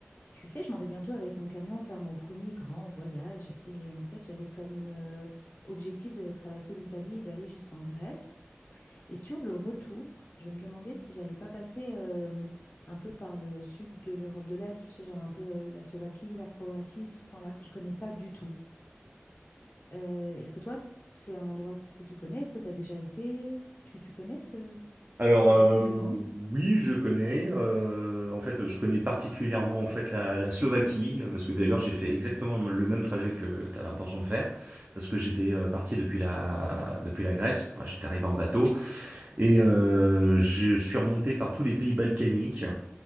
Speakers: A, on the left; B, on the right.
A: Tu sais, je m'en vais bientôt avec mon camion faire mon premier grand voyage. Et en fait, j'avais comme euh, objectif de traverser l'Italie et d'aller jusqu'en Grèce. Et sur le retour, je me demandais si j'allais pas passer euh, un peu par le sud de l'Europe de l'Est, tu sais, genre un peu euh, la Slovaquie, la Croatie, ce coin-là que je connais pas du tout. Euh, est-ce que toi, c'est un endroit que tu connais? Est-ce que tu as déjà été? Tu, tu connais ce-
B: Alors
A: cette région
B: euh,
A: du monde?
B: oui, je connais. euh, en fait, je connais particulièrement en fait la, la Slovaquie euh, parce que d'ailleurs j'ai fait exactement le même trajet que tu as l'intention de faire parce que j'étais euh, parti depuis la depuis la Grèce. Enfin, j'étais arrivé en bateau et euh, je suis remonté par tous les pays balkaniques.